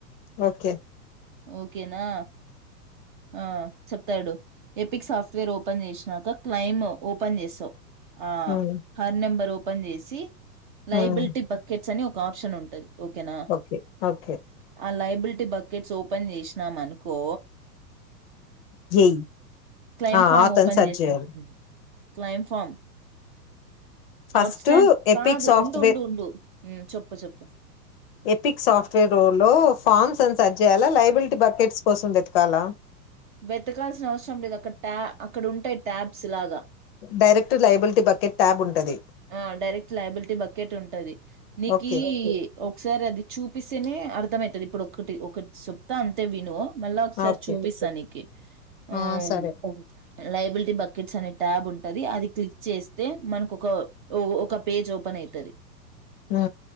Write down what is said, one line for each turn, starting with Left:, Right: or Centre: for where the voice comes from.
Left: ఓకే
Right: ఓకేనా ఆ చెప్తాడు ఏపిక్ సాఫ్ట్వేర్ ఓపెన్ చేసినాక క్లైమ్ ఓపెన్ చేసావు ఆ
Left: ఉమ్
Right: హర్ నంబర్ ఓ పని చేసి లైబిలిటీ
Left: ఉమ్
Right: బకెట్ అని ఒక ఆప్షన్ ఉంటుది ఓకేనా
Left: ఓకే ఓకే
Right: ఆ లైబ్ బిల్టీ బకెట్స్ ఓపెన్ చేసినాం అనుకో
Left: జేఈ
Right: క్లెయిమ్
Left: ఆ
Right: ఫామ్
Left: అతను
Right: ఓపెన్
Left: సెర్చ్
Right: చేస్తాం
Left: చేయాలి
Right: claim form
Left: first
Right: out stand
Left: Epic
Right: కాదు
Left: సాఫ్ట్వేర్
Right: ఉండు ఉండు ఉండు ఉమ్ చొప్పు చొప్పు
Left: ఎపిక్ సాఫ్ట్వేర్ రోల్ లో ఫామ్స్ అని సర్ చేయాలా లైబిలిటీ బకెట్స్ కోసం వెతకాలా
Right: వెతకాల్సిన అవసరం లేదు అక్కడ ట్యా అక్కడ ఉంటాయి ట్యాబ్స్ లాగా
Left: డైరెక్ట్ లైబిలిటీ బకెట్ ట్యాబ్ ఉంటది
Right: ఆ డైరెక్ట్ లయబిలిటీ బకెట్ ఉంటది నికీ
Left: ఓకే
Right: ఒక్ సారి అది చూపిస్తేనే అర్థమైతది ఇప్పుడు ఒకటి ఒకట్ చొప్తా అంతే వినూ మళ్ళా ఒక్ సారి
Left: ఓకే
Right: చూపిస్తా నిక్ కె ఆమ్
Left: ఆ సరే
Right: లైబుల్టీ బకెట్స్ అనే ట్యాబ్ ఉంటది అది క్లిక్ చేస్తే మనకు ఒక ఒక ఒక పేజ్ ఓపెన్ అయితది
Left: ఆ